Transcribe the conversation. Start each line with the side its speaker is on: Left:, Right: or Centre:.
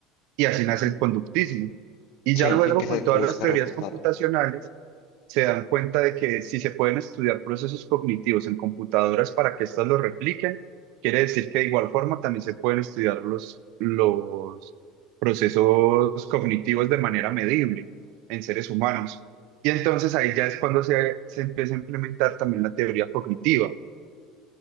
Right: y así nace
Left: Mm,
Right: el conductismo. Y
Left: Sí,
Right: ya luego
Left: sí que hay
Right: con
Left: que
Right: todas
Left: buscar
Right: las teorías
Left: resultados.
Right: computacionales se dan cuenta de que si se pueden estudiar procesos cognitivos en computadoras para que éstas los repliquen, quiere decir que de igual forma también se pueden estudiar los, los procesos cognitivos de manera medible en seres humanos. Y entonces ahí ya es cuando se, se empieza a implementar también la teoría cognitiva